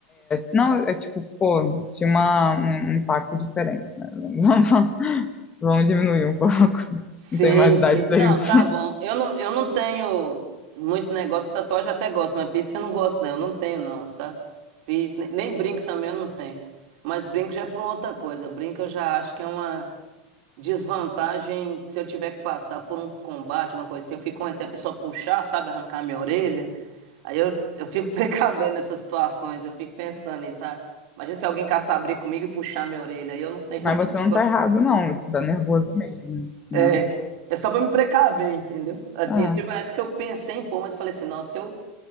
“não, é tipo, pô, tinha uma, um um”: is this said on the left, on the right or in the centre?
Left